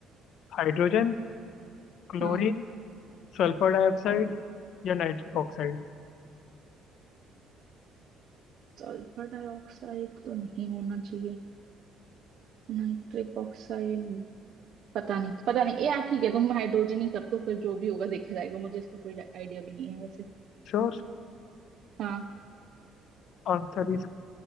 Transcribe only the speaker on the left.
हाइड्रोजन क्लोरीन
सल्फर डाइऑक्साइड या nitric oxide
Sure
Answer is